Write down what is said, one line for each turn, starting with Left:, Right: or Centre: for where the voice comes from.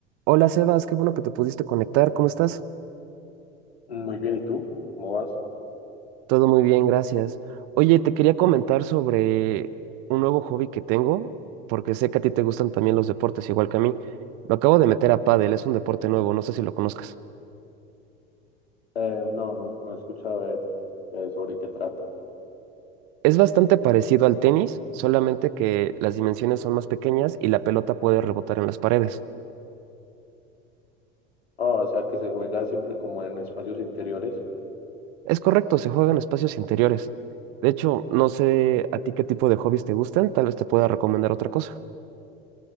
Right: Hola Sebas, qué bueno que te pudiste conectar. ¿Cómo estás?
Left: Muy bien, ¿y tú? ¿Cómo vas?
Right: Todo muy bien, gracias. Oye, te quería comentar sobre un nuevo hobby que tengo, porque sé que a ti te gustan también los deportes, igual que a mí. Lo acabo de meter a pádel, es un deporte nuevo, no sé si lo conozcas.
Left: Eh, no, no, no he escuchado de- eh, sobre qué trata.
Right: Es bastante parecido al tenis, solamente que las dimensiones son más pequeñas y la pelota puede rebotar en las paredes.
Left: Ah, o sea, que se juega siempre como en espacios interiores.
Right: Es correcto, se juega en espacios interiores. De hecho, no sé a ti qué tipo de hobbies te gustan, tal vez te pueda recomendar otra cosa.